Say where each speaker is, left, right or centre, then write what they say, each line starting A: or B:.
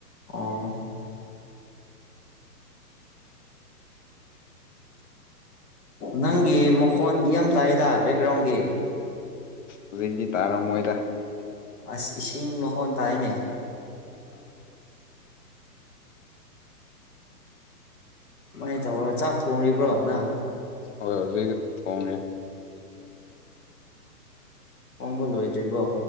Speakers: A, on the left; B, on the left.
A: ꯑꯣ ꯅꯪꯒꯤ ꯃꯈꯣꯟ ꯌꯥꯝ ꯇꯥꯏꯗ ꯕꯦꯛꯒ꯭ꯔꯥꯎꯟꯒꯤ
B: ꯍꯧꯖꯤꯛ ꯗꯤ ꯇꯥꯔꯝꯃꯣꯏꯗ
A: ꯑꯁ ꯏꯁꯤꯡ ꯃꯈꯣꯟ ꯇꯥꯏꯅꯦ
B: ꯑꯥ
A: ꯀꯃꯥꯏꯟ ꯇꯧꯔ ꯆꯥꯛ ꯊꯣꯡꯔꯤꯕ꯭ꯔꯣ ꯅꯪ
B: ꯍꯣꯏ ꯍꯧꯖꯤꯛ <unintelligible> ꯊꯣꯡꯔꯦ
A: ꯄꯣꯝꯕ ꯂꯣꯏꯗ꯭ꯔꯤꯕꯣ